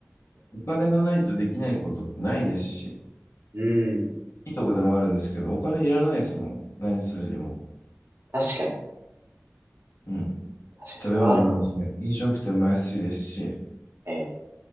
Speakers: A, on the left (about 80°); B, on the right (about 60°).
A: お金がないとできないことってないですし、
B: うん。
A: いいとこでもあるんですけど、お金いらないですもん。何するにも。
B: 確かに。
A: うん。
B: 確かに、
A: 食べ物もね、
B: それはあるかもし
A: 飲食店も安いですし、
B: れない。ええ